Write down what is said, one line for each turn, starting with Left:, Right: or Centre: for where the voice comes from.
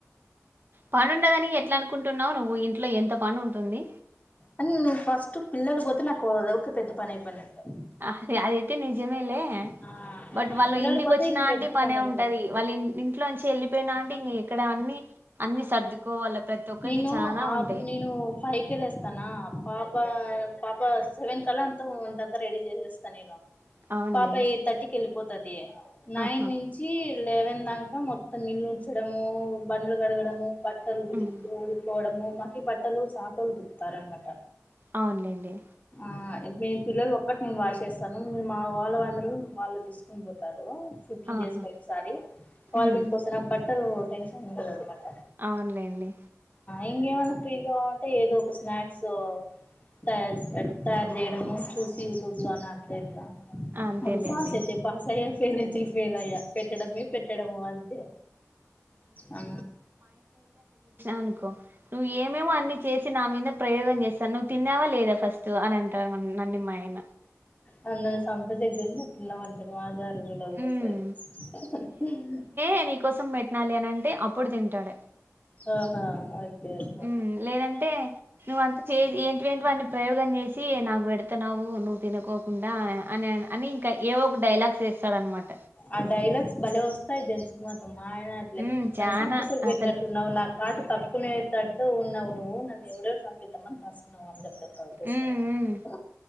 Right: పనిండదని ఎట్లా అనుకుంటున్నావు నువ్వు ఇంట్లో ఎంత పని ఉంటుంది.
Left: అన్ ఫస్ట్ పిల్లలు పోతే నాకు అదక పెద్ద పని అయిపోనట్టు
Right: అహ్ ఆదైతే నిజమేలే
Left: ఆ
Right: బట్ వాళ్ళు
Left: పిల్లలు
Right: ఇంటికి
Left: పోతే
Right: వచ్చిన
Left: ఇంక
Right: అంటే
Left: పెద్ద
Right: పనే
Left: పని అయిపోయి
Right: ఉంటది. వాళ్ళ ఇ ఇంట్లో నుంచి వెళ్ళిపోయిన అంటే ఇం ఎక్కడ అన్ని అన్ని సర్దుకోవాల ప్రతి ఒక్కటి
Left: నేను
Right: చానా
Left: ఆబ్
Right: ఉంటాయి.
Left: నేను ఫై కెళ్ళేస్తానా పాప పాప సెవెన్ కల అంతా వంటంతా రెడీ చేసేస్తాను నేను
Right: అవునులే.
Left: పాప ఎయిట్ థర్టీకి వెళ్ళిపోతది నైన్
Right: ఆహా!
Left: నుంచి లేవ దాంక మొత్తం ఇల్లు ఉంచడము, బండ్లు కడగడము బట్టలు ఉతికి
Right: హ్మ్.
Left: కోవడము మకి బట్టలు సాకుల్లోలు ఉతుకుతారనమాట.
Right: అవునులేండి
Left: ఆ నేను పిల్లలు ఒక్కటి నేను వాష్ చేస్తాను. మీరు మా వాళ్ళు అందరూ వాళ్ళు తీసుకుని పోతారు. ఫిఫ్టీన్
Right: ఆహా!
Left: డేస్ కి ఒకసారి
Right: హ్మ్.
Left: వాళ్లు పిండికోస్తే నాకు బట్టలు టెన్షన్ ఉండదన్నమాట.
Right: అవునులేండి
Left: ఇంగేమన్న ఫ్రీగా ఉంటే ఏదో ఒక స్నాక్స్ తయారు పె తయారు చేయడము చూసి యూట్యూబ్ లో అని అట్లా ఇట్లా
Right: అంతేలేండి.
Left: అవి పాస అయితే పాసయ్య ఫెల్ అయితే ఫెల్ అయ్య పెట్టడమే పెట్టడము అంతే ఆ
Right: అనుకో నువ్వు ఏమేమో అన్ని చేసి నా మీద ప్రయో తను తిన్నావా లేదా ఫస్ట్ అని అంటారు నన్ని మా ఆయన
Left: అ నన్ను సంపే చెగ్ చేసిన ఎట్లున్నా ఉంటాడు మాజారు వడసారి
Right: హ్మ్
Left: అహ్హ్హ్
Right: ఏ నీకోసం పెట్నాలే అనింటే అప్పుడు తింటాడు
Left: ఆహ ఓకే అయితే
Right: హ్మ్ లేదంటే నువ్వు అంత చే ఏంటివెంటివో అన్ని ప్రయోగం చేసి నాకు పెడుతున్నావు నువ్వు తినకోకుం డ అని అని ఇంకా ఏవో ఒక డైలాగ్స్ వేస్తాడనమాట
Left: ఆ డైలాగ్స్ బలే వస్తాయి దేన్ మతం మాయన అట్లే
Right: హ్మ్
Left: నన్ను
Right: చానా
Left: సంతకు పెట్టినట్లు
Right: అసలు
Left: ఉన్నవ్వు నా పాటు తప్పుకునేటట్టు ఉన్నావు నువ్వు నన్ను ఎపుడెవుడు పంపిద్దామ అని కాసుకున్నావు అంతె ఓకే
Right: హ్మ్
Left: సరే
Right: హ్మ్
Left: ఉహ్